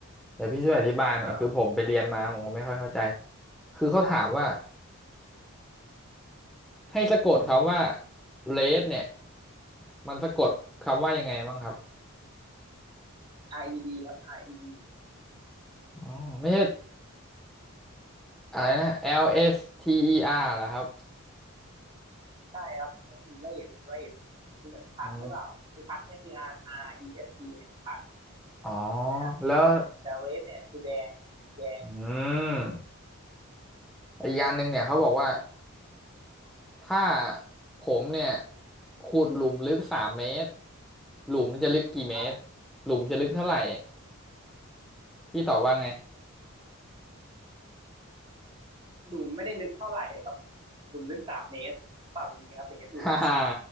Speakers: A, in the centre; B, on the right.
A: เดี๋ยวพี่ช่วยอธิบายหน่อยคือผมไปเรียนมาผมก็ไม่ค่อยเข้าใจ
B: เออ
A: คือเขาถามว่า ให้สะกดคำว่า red เนี่ย มันสะกดคำว่ายังไงบ้างครับ
B: RED ครับ RED
A: อ๋อไม่ใช่อะไรนะ L S T E R เหรอครับ
B: ไม่ใช่ครับนั่นมัน race race คือเหมือนพักหรือเปล่าไอ้พักเนี่ยคือ
A: อ๋อ
B: R R E S ีเอสทีเนี่ยคือพัก
A: อ๋อ
B: ใช่ไหมฮะ
A: แล้ว
B: แต่ race เนี่ยคือแดงสีแดง
A: อืมอีกอย่างหนึ่งเนี่ยเขาบอกว่าถ้าผมเนี่ยขุดหลุมลึกสามเมตร หลุมจะลึกกี่เมตร
B: อ่า
A: หลุมจะลึกเท่าไหร่ พี่ตอบว่าไง
B: หลุมไม่ได้ลึกเท่าไหร่ครับหลุมลึกสามเมตรคำตอบอย่างนี้ครับถึงจะถูก
A: ฮ่าฮ่า